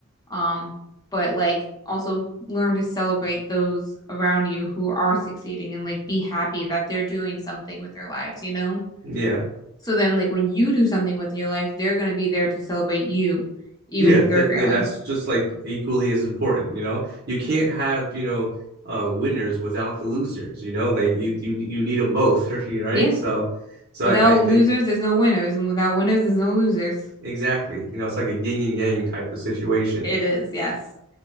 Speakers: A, on the left (about 15°); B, on the right (about 45°).
A: Um, but like also learn to celebrate those around you who are succeeding and like be happy that they're doing something with their lives, you know?
B: Yeah.
A: So then like when you do something with your life, they're gonna be there to celebrate you, even
B: Yeah.
A: if they're
B: That
A: failing.
B: yeah, that's just like equally as important, you know? You can't have, you know, uh winners without the losers, you know? Like you you, you need them both, <laughs> right?
A: Yeah.
B: So so
A: Without
B: I, I think
A: losers, there's no winners, and without winners, there's no losers.
B: exactly, you know, it's like a yin and yang type of situation.
A: It is, yes.